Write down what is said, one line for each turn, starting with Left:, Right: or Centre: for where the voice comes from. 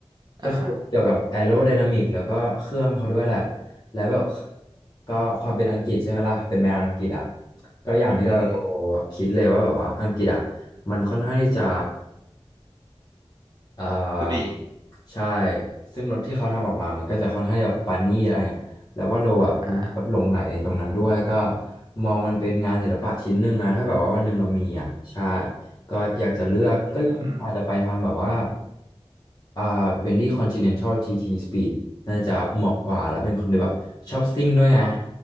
Right: อ่ะฮะ
Left: ก็คือเกี่ยวกับแอโร d y นามิกแล้วก็เครื่องเขาด้วยแหละแล้วแบบก็ความเป็นอังกฤษใช่ไหมล่ะเป็นแมวอังกฤษอะก็อย่างที่เรา
Right: อือหือ
Left: คิดเลยว่าแบบว่าอังกฤษอะมันค่อนข้างที่จะ อ่า
Right: พูดดี
Left: ใช่ซึ่งรถที่เขาทำออกมามันก็จะค่อนข้างจะแบบปานนี่อะไรเงี้ยแล้วว่าเราแบบ
Right: ฮะ
Left: หลงไหลในตรงนั้นด้วยก็มองมันเป็นงานศิลปะชิ้นหนึ่งอะถ้าแบบว่าวันหนึ่งเรามีอ่ะใช่ก็อยากจะเลือกก็ยังอาจจะไปทางแบบว่า
Right: อืม
Left: อ่าเบนลี่คอนติเนนทัลจีท Speed น่าจะเหมาะกว่าแล้วเป็นคนที่แบบชอบซิ่งด้วยไง